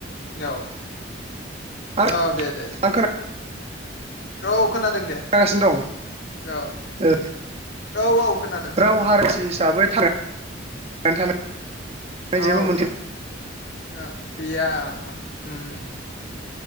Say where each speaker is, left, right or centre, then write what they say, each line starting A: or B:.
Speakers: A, on the left; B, on the right.
A: औ।
B: आं
A: औ दे दे।
B: आं
A: औ। खोनादों दे
B: खोनागासिनो दं
A: औ
B: ओ
A: औ औ खोनादों।
B: राव <unintelligible>
A: औ।
B: जेबो मोनसे
A: आ गैया उम उम।